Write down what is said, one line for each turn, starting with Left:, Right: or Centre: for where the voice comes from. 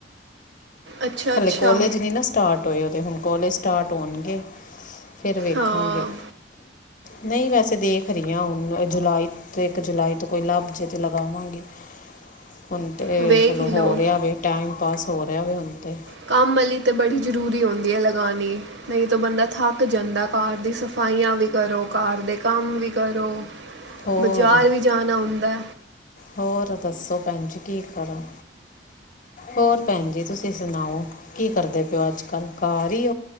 Right: ਅੱਛਾ ਅੱਛਾ
Left: ਹਲੇ ਕੋਲੇਜ ਨੀ ਨਾ ਸਟਾਟ ਹੋਏ, ਉਹਦੇ ਹੁਣ ਕੋਲਜ ਸਟਾਟ ਹੋਣਗੇ। ਫੇਰ ਵੇਖਾਂਗੇ।
Right: ਹਾਂ
Left: ਨਹੀਂ ਵੈਸੇ ਦੇਖ ਰਈ ਆਂ, ਹੁਣ ਜੁਲਾਈ ਤੋਂ ਇੱਕ ਜੁਲਾਈ ਤੋਂ ਕੋਈ ਲੱਭਜੇ ਤੇ ਲਗਾਵਾਂਗੀ। ਹੁਣ ਤੇ
Right: ਵੇਖ
Left: ਚਲੋ
Right: ਹੀ ਲਓ
Left: ਹੋ ਰਿਹਾ ਵੇ, ਟੈਮ ਪਾਸ ਹੋ ਰਿਹਾ ਵੇ ਹੁਣ ਤੇ।
Right: ਕੰਮ ਆਲੀ ਤੇ ਬੜੀ ਜ਼ਰੂਰੀ ਹੁੰਦੀ ਐ ਲਗਾਣੀ, ਨਹੀਂ ਤਾਂ ਬੰਦਾ ਥੱਕ ਜਾਂਦਾ। ਘਰ ਦੀ ਸਫਾਈਆਂ ਵੀ ਕਰੋ, ਘਰ ਦੇ ਕੰਮ ਵੀ ਕਰੋ।
Left: ਹੋਰ
Right: ਬਜ਼ਾਰ ਵੀ ਜਾਣਾ ਹੁੰਦਾ।
Left: ਹੋਰ ਦੱਸੋ ਭੈਣ ਜੀ, ਕੀ ਕਰੋ। ਹੋਰ ਭੈਣ ਜੀ ਤੁਸੀਂ ਸੁਣਾਓ, ਕੀ ਕਰਦੇ ਪਏ ਓ ਅੱਜ-ਕੱਲ ਘਰ ਹੀ।